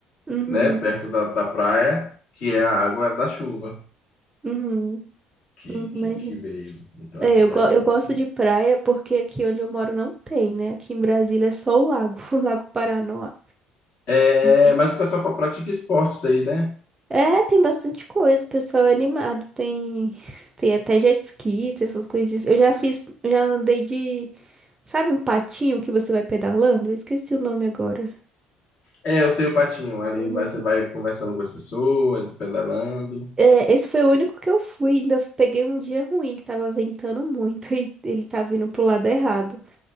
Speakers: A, on the right (about 25°); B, on the left (about 50°).
A: Uhum,
B: né? Perto da, da praia, que é a água da chuva.
A: uhum,
B: que,
A: uhum, imagina.
B: que, que veio. Então,
A: É,
B: assim,
A: eu,
B: é bastante.
A: go- eu gosto de praia porque aqui onde eu moro não tem, né? Aqui em Brasília é só o lago, <laughs> o Lago Paranoá.
B: É,
A: E-
B: mas o pessoal fa- pratica esportes aí, né?
A: É, tem bastante coisa, o pessoal é animado. Tem, <laughs> tem até jet ski, tem essas coisinhas. Eu já fiz, eu já andei de, sabe um patinho que você vai pedalando? Eu esqueci o nome agora.
B: É, eu sei o patinho. Ali
A: Uhum.
B: vai- você vai conversando com as pessoas, pedalando.
A: É, esse foi o único que eu fui. Ainda peguei um dia ruim, que tava ventando muito <laughs> e ele tava indo pro lado errado.